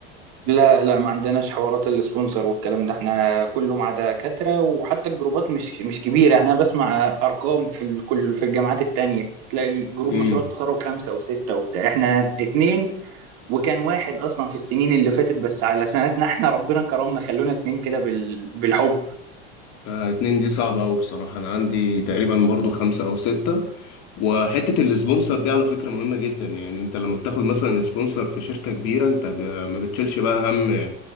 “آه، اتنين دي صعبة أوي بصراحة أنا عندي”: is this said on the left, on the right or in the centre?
Left